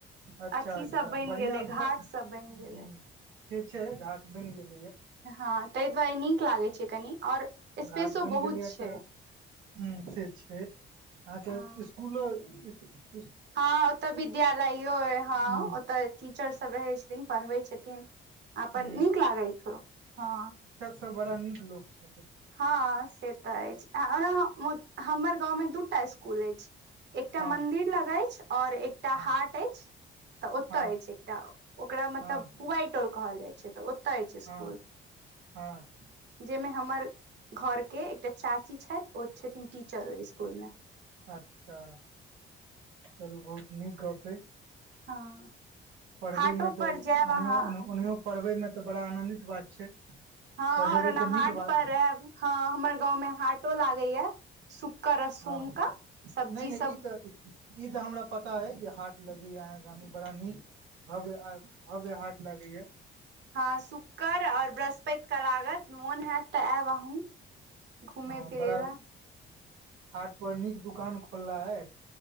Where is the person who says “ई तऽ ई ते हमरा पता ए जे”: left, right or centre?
Right